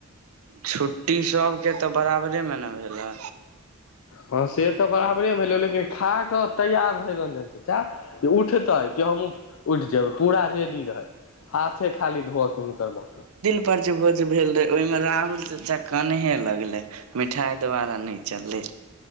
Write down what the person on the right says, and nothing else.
छुट्टी सबके तऽ बराबरेमे ने भेलै
उऊपर जे भोज भेल रहे ओहि में राहुल चचा कनहे लगले मिठाई द्वारा न चललै